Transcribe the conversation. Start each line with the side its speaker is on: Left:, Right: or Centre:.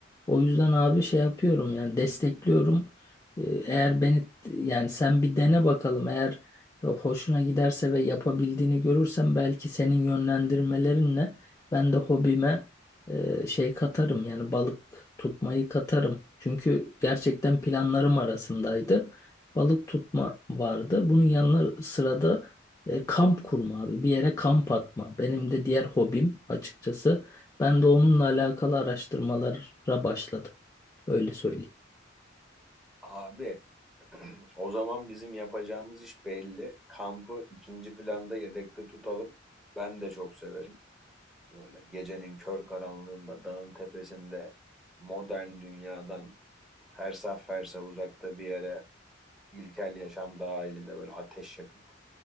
Left: O yüzden abi şey yapıyorum yani destekliyorum. Ee, Eğer beni yani sen bir dene bakalım eğer hoşuna giderse ve yapabildiğini görürsem belki senin yönlendirmelerinle ben de hobime e, şey katarım yani balık tutmayı katarım. Çünkü gerçekten planlarım arasındaydı. Balık tutma vardı. Bunun yanına sırada e, kamp kurma abi. Bir yere kamp atma. Benim de diğer hobim açıkçası. Ben de onunla alakalı araştırmalara başladım. Öyle söyleyeyim.
Centre: Abi O zaman bizim yapacağımız iş belli. Kampı ikinci planda yedekte tutalım. Ben de çok severim. Böyle gecenin kör karanlığında dağın tepesinde modern dünyadan fersah fersah uzakta bir yere ilkel yaşam dahilinde böyle ateş yakıp